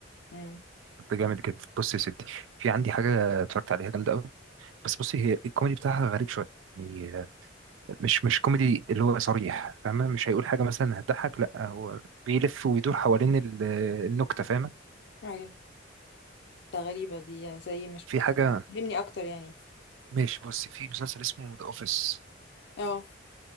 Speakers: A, on the left; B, on the right.
A: امم
B: ده جامد جدا بصي يا ستي في عندي حاجة اتفرجت عليها جامدة قوي بس بصي هي الكوميدي بتاعها غريب شوية يعني آه، مش مش كوميدي اللي هو صريح فاهمة مش هيقول حاجة مثلا هتضحك لا هو بيلف ويدور حوالين ال- آه، النكتة فاهمة
A: ايوه ده غريبه دي يعني زي مش
B: في حاجة
A: فهمني اكتر يعني
B: ماشي بصي في مسلسل اسمه ذا اوفيس
A: اه